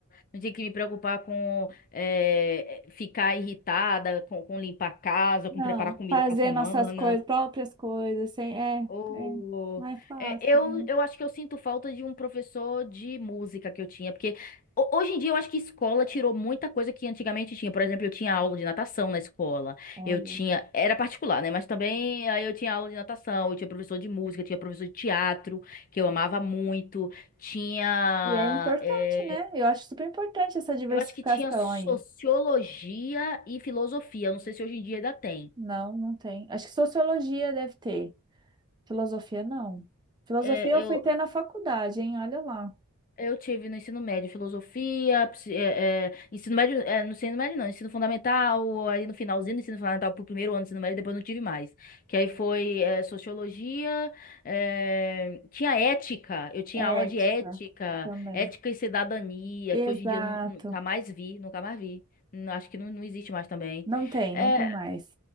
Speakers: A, on the left; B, on the right.
A: não tinha que me preocupar com é, ficar irritada, com, com limpar a casa, com
B: Não,
A: preparar comida
B: fazer
A: pra semana.
B: nossas coisas, próprias coisas, sem... é,
A: Ô,
B: é, não é fácil.
A: é, eu,
B: né?
A: eu acho que eu sinto falta de um professor de música que eu tinha, porque ho- hoje em dia eu acho que escola tirou muita coisa que antigamente tinha. Por exemplo, eu tinha aula de natação na escola,
B: Olha.
A: eu tinha, era particular, né? Mas também aí eu tinha aula de natação, eu tinha professor de música, eu tinha professor de teatro, que eu amava muito, tinha,
B: E é importante,
A: é,
B: né? Eu acho super importante essa diversificação
A: eu acho que tinha sociologia
B: aí.
A: e filosofia, eu não sei se hoje em dia ainda tem.
B: Não, não tem. Acho que sociologia deve ter. Filosofia, não. Filosofia
A: É,
B: eu
A: eu,
B: fui ter na faculdade, hein? Olha lá.
A: Eu tive no ensino médio filosofia, psi- é, é, ensino médio, é, no ensino médio não, ensino fundamental, aí no finalzinho do ensino fundamental pro primeiro ano do ensino médio, depois não tive mais. Que aí foi é, sociologia, é, tinha ética, eu tinha
B: Ética
A: aula de ética,
B: também.
A: ética e cidadania,
B: Exato.
A: que hoje em dia eu nu- nunca mais vi, nunca mais vi. Não- Acho que não, não existe mais também.
B: Não tem,
A: É,
B: não tem mais.